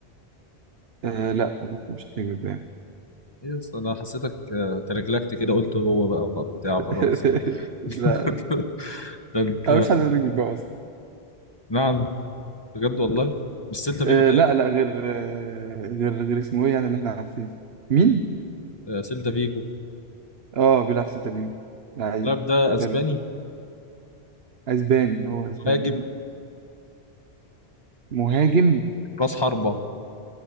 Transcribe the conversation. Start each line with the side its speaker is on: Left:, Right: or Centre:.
Right: آه لا برضه مش هتلاقي بالباقي
Left: ايه أصل انا حسيتك آه، تلجلجت كده قلت هو بقى وخ- بتاع وخلاص
Right: <laughs> لا
Left: <laughs> ده انت
Right: أنا مش حد هتلاقي بالباقي اصلا
Left: نعم بجد والله مش سيلتا فيجو
Right: آه
Left: طيب؟
Right: لا لا غير آه غير غير اسمه ايه يعني اللي احنا عارفينه مين؟
Left: امم آه سيلتا فيجو
Right: اه بيلعب في سيلتا فيجو لعيب
Left: اللاعب ده اسباني
Right: حلو اسباني هو اسباني
Left: مهاجم
Right: يعني مهاجم
Left: راس حربة